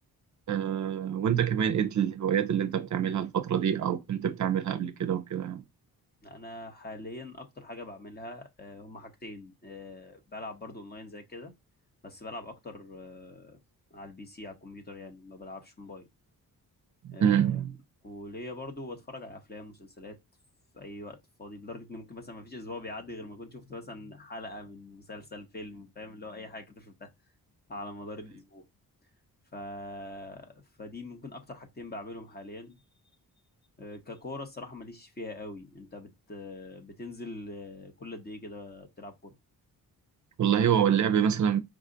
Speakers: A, on the right (about 50°); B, on the left (about 25°).
A: أه وانت كمان ايه الهوايات اللي انت بتعملها الفتره دي او كنت بتعملها قبل كده وكده يعني
B: انا حاليا اكتر حاجه بعملها آه، هما حاجتين آه، بلعب برضو اونلاين زي كده بس بلعب اكتر آه، على البي سي على الكمبيوتر يعني ما بلعبش موبايل آه،
A: امم
B: وليا برضو بتفرج على افلام ومسلسلات في اي وقت فاضي لدرجه ان ممكن مثلا ما فيش اسبوع بيعدي غير ما اكون شفت مثلا حلقه من مسلسل فيلم فاهم اللي هو اي حاجه كده شفتها على مدار الاسبوع ف... فدي ممكن اكتر حاجتين بعملهم حاليا آه، ككورة الصراحة ماليش فيها قوي انت بت آه، بتنزل آه، كل قد ايه كده بتلعب كورة
A: والله هو اللعب مثلا